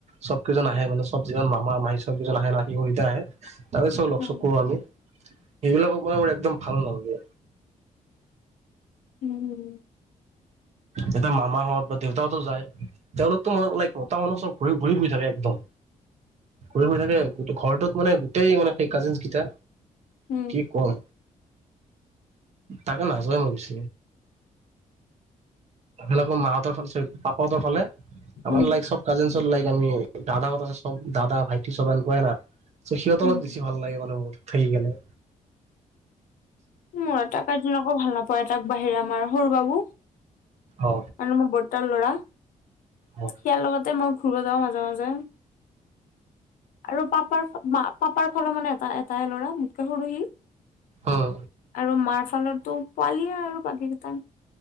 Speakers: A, on the right (about 50°); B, on the left (about 75°).
A: চব কেইজন আহে মানে চব কিজন মামা মাহী চব কেইজন আহে না সি সতে আহে তাৰে চব লক্ষ্য
B: উম,
A: কৰো আমি এইবিলাকো কো আমাৰ একদম ভাল নালাগে
B: উম উম
A: দেউতা মামাহত বা দেউতাহঁতো যায় তেওঁলোকতো মান লাই মতা মানুহ চব ঘূৰি ঘূৰি ফুৰি থাকে একদম ঘূৰি ফুৰি থাকে গ ঘৰটোত মানে গোটেই মানে সেই কাজিন কেইটা
B: উম,
A: কি কোন তাকে নাযায় মই বিছ এফালে ক মাহঁতৰ ফালে পাপাহঁতৰ ফালে
B: উম,
A: আমাৰ লাইক চব কাজিনছত লাইক আমি দাদাও ত সব দাদা ভাইটি চব এনেকোৱাই না চ সিহঁত
B: উম
A: অলপ বেছি ভাল লাগে মানে মোৰ থাকিকেনে
B: মোৰ এটা কাজিন আকৌ ভাল নাপায় এটাক বাহিৰে আমাৰ সৰু খাব
A: অ
B: আৰু মোৰ বৰটা ল'ৰা
A: অ
B: সেয়া লগতে মই ঘূৰিব যাওঁ মাজে মাজে আৰু পাপাৰ মা পাপাৰ ফালৰ মানে এটা এটাই ল'ৰা মোতকে সৰুহি
A: উম
B: আৰু মাৰ ফালতো পোৱালিয়ে আৰু বাকী কেইটা